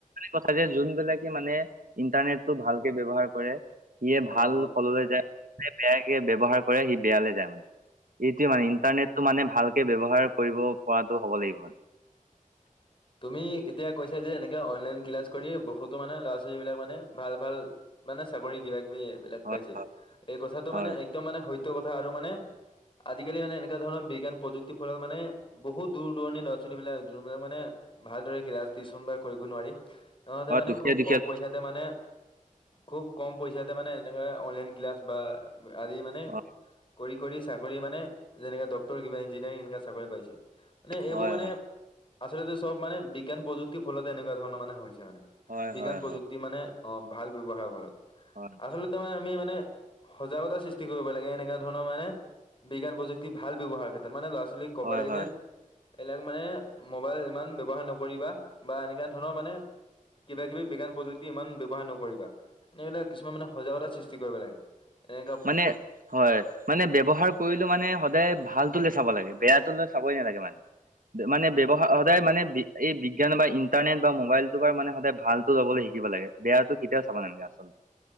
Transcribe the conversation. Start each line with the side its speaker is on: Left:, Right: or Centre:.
Right: কথা যে যোনবিলাকে মানে ইণ্টাৰনেটটো ভালকে ব্যৱহাৰ কৰে। সিয়ে ভাল
Left: অ', অ'।
Right: ফললৈ যায় বেয়াকে ব ব্যৱহাৰ কৰে সি বেয়ালৈ যায় মানে। এইটোয়ে মানে ইণ্টাৰনেটটো মানে ভালকে ব্যৱহাৰ কৰিব পৰাতটো হ'ব লাগিব মানে।
Left: তুমি এতিয়া কৈছা যে এনেকে অনলাইন ক্লাছ কৰি বহুতো মানে ল'ৰা ছোৱালী বিলাক মানে ভাল ভাল। মানে চাকৰি কিবা কিবি এইবিলাক
Right: হয়
Left: পাইছে
Right: হয়
Left: এই কথাটো
Right: হয়
Left: মানে একদম মানে সট্যয় কথা আৰু মানে। আজিকালি মানে এনেকুৱ ধৰ বিজ্ঞান প্ৰযুক্তিৰ ফল মানে বহুত দূৰ দূণি লৰা ছোৱালী বিলাক দবিলাক মানে। ভালদৰে কিবা টিচন বা কৰিব নোৱাৰি সিহতে
Right: হয়
Left: মানে
Right: দুখীয়া
Left: খুব
Right: দুখীয়া
Left: কম পইচাতে মানে। খুব কম পইচাতে মানে এনেকে অনলাইন ক্লাছ বা আদি মানে।
Right: হয়
Left: কৰি কৰি চাকৰি মানে যেনেককা ডটৰি কিবা ইঞ্জিনিয়াৰিং এনেকা চাকৰি পাইছে। মানে এইবোৰ
Right: হয়
Left: মানে
Right: হয়
Left: আচলতে। চব মানে বিজ্ঞান প্ৰযুক্তিৰ ফলতে এনেকুৱা ধৰণৰ মানে হৈছে মানে
Right: হয়
Left: বিজ্ঞান
Right: হয়
Left: প্ৰযুক্তি মানে অ ভাল ব ব্যয়হাৰৰ ফলত।
Right: হয়
Left: আচলতে তাৰে আমি মানে সজাগতা সৃষ্টি কৰিব লাগে এনেকা ধৰণৰ মানে। বিজ্ঞান প্ৰযুক্তি ভাল ব্যৱহাৰৰ ক্ষেত্ৰত মানে ল'ৰা ছোৱালীক ক'ব
Right: হয়
Left: লাগি
Right: হয়
Left: যেন এইবিলাক মানে মবাইল ইমান। ব্যৱহাৰ নকৰিবা বা এনেককা ধৰণৰ মানে কিবা কিবি বিজ্ঞান প্ৰযুক্তি ইমান। ব্যৱহাৰ নকৰিবা এইবিলাক কিছুমান মানে সজাগতা সৃষ্টি কৰিব লাগে। এনেকা
Right: মানে হয় মানে ব্যৱহাৰ কৰিলো মানে। সদায় ভালটোলৈ চাব লাগে বেয়াটো ল চাবই নালাগে মানে মানে ব্যৱহাৰ সদায় মানে। এই বিজ্ঞান বা ইণ্টাৰনেট বা মোবাইলটো পা মানে সদায় ভালটো ল'বলৈ শিকিব লাগে বেয়াটো কেতিয়াও চাব নালাগে আচলতে,